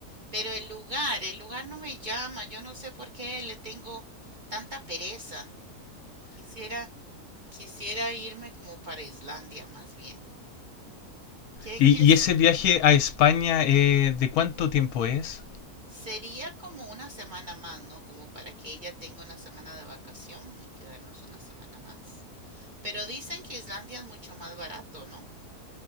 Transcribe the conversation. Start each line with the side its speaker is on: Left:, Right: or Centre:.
Right: pero el lugar, el lugar no me llama, yo no sé por qué le tengo tanta pereza. Quisiera, quisiera irme como para Islandia más bien. Que,
Left: ¿Y,
Right: que s-
Left: y ese viaje a España, eh, de cuánto tiempo es?
Right: sería como una semana más, ¿no? Como para que ella tenga una semana de vacación y quedarnos una semana más. Pero dicen que Islandia es mucho más barato, ¿no?